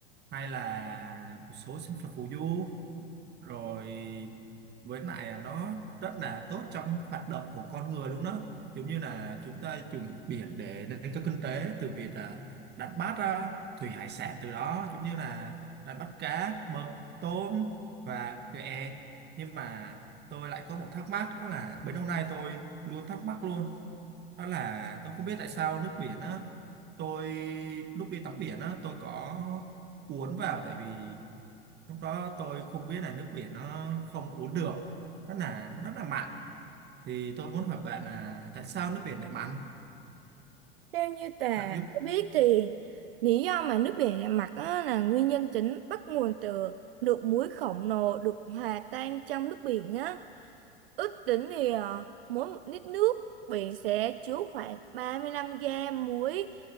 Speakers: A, on the right (about 35°); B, on the right (about 70°).
A: hay là một số sinh vật phù du. rồi với lại là nó rất là tốt trong hoạt động của con người luôn đó giống như là chúng ta dùng biển để nâng cao kinh tế từ việc là đánh bắt à, thủy hải sản từ đó giống như là đánh bắt cá mực tôm và ghẹ nhưng mà tôi lại có một thắc mắc đó là bấy lâu nay tôi luôn thắc mắc luôn đó là tôi không biết tại sao nước biển á tôi lúc đi tắm biển á tôi có uốn vào tại vì lúc đó tôi không biết là nước biển nó không uống được nó là nó rất là mặn thì tôi muốn hỏi bạn là tại sao nước biển lại mặn
B: theo như Tà
A: bạn giúp
B: có biết thì lý do mà nước biển lại mặn á là nguyên nhân chính bắt nguồn từ lượng muối khổng lồ được hòa tan trong nước biển á. Ước tính thì ờ, mỗi một lít nước biển sẽ chứa khoảng 35 gram muối